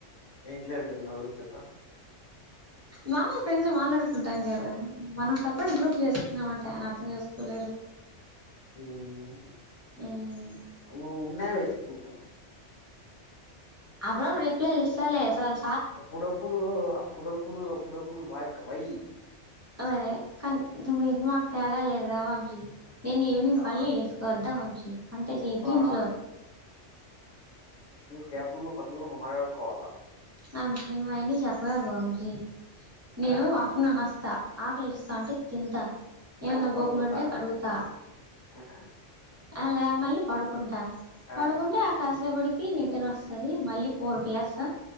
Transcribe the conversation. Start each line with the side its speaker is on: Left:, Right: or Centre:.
Left: ఏం క్లారిటీ ఉంది నా గురించి చెప్రా
Right: మాముల్ ప్రెండ్స్ లా మాట్లాడుకుంటాం గాదా. మనం సప్రేట్ గ్రూప్ చేస్తున్నామంట కానా అర్థం చేసుకోలేరు.
Left: ఉమ్
Right: మ్మ్
Left: నువ్వునవే గ్రూప్ లో
Right: అప్పుడప్పుడు రిప్లైలిస్తలే స
Left: అప్పుడపుడు అప్పుడపుడు అప్పుడపుడు వాట్ వై
Right: మరే కనీ ఇప్డ్ మీకు మాక్ తేడాలేద వంశీ. నేను ఈవినింగ్
Left: ఆ,
Right: పన్లే చేసుకోవద్దా వంశీ. వంట జేయోదీంట్లో.
Left: బా గ్యాపుల్లో, పనుల్లో మ మటడుకోవల్ల
Right: వంశీ నువ్వయాన్ని చెప్పగకు వంశీ నేను
Left: ఆహా!
Right: ఆఫ్నవర్ వస్తా ఆకలేస్తాంటే తింటా, ఏమన్నా
Left: ఆహా!
Right: బోకులుంటే
Left: పనుకుంటా.
Right: కడుగుతా.
Left: ఆహా!
Right: అలా మళ్ళీ పడుకుంటా.
Left: ఆ!
Right: పడుకుంటా ఆ కాసేపడికి నిద్రోస్తది మళ్ళీ ఫోర్గి లెస్త